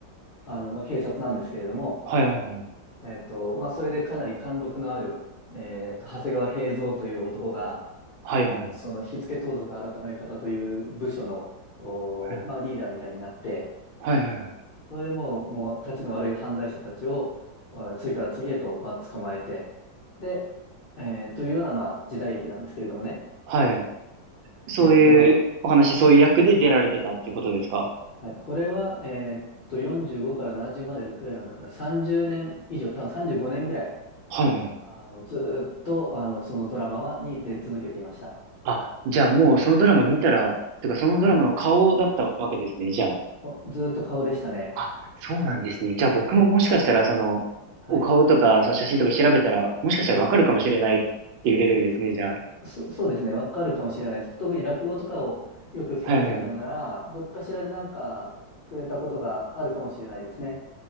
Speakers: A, on the left (about 80°); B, on the right (about 80°).
A: あの、まあ、警察なんですけれども、
B: はいはいはい。
A: えっと、まあ、それでかなり貫禄のある、えっと、長谷川平蔵という男が、
B: はいはいは
A: その火付盗賊改め方という部署の、おーまあ、
B: い。
A: リーダーみたいになって、
B: はいはいはい。
A: それでもう、もう、たちの悪い犯罪者たちを、あ次から次へと、まあ、捕まえて、で、えーというような、まあ、時代劇なんですけれどもね。
B: はい。そういうお話、
A: えーっと、まあ、こ、
B: そういう役で出られてたってことですか
A: はい、これは、えーっと、45から70までぐらいなんだから、30年以上、多分35年ぐらい、
B: はいはいはい。
A: あの、ずーっと、あの、そのドラマは、に出続けていました。
B: あ、じゃあもうそのドラマ見たら、てかそのドラマの顔だったわけですね、
A: はい。
B: じゃあ。
A: おずーっと顔でしたね。
B: あ、そうなんですね。じゃあ僕ももしかしたら、
A: で、
B: その、
A: はい。
B: お顔とか、その写真とか調べたら、もしかしたらわかるかもしれないっていうレベルですね、
A: あ
B: じゃあ。
A: そ、そうですね、わかるかもしれないです。特に落語とかをよく聞かれてたなら、
B: はいはいはい。
A: どっかしらでなんか触れたことがあるかもしれないですね。